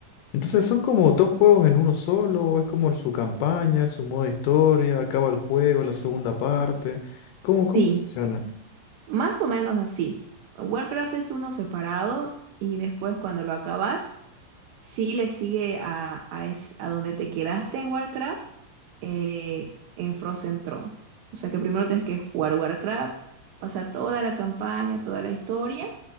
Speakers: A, on the left; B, on the right.
A: Entonces son como dos juegos en uno solo, es como su campaña, es su modo de historia, acaba el juego, la segunda parte. ¿Cómo, cómo
B: Sí.
A: funciona?
B: Más o menos así. Warcraft es uno separado y después cuando lo acabas, Sí le sigue a, a, es- a donde te quedaste en Warcraft, eh, en Frozen Throne. O sea que primero tienes que jugar Warcraft, pasar toda la campaña, toda la historia,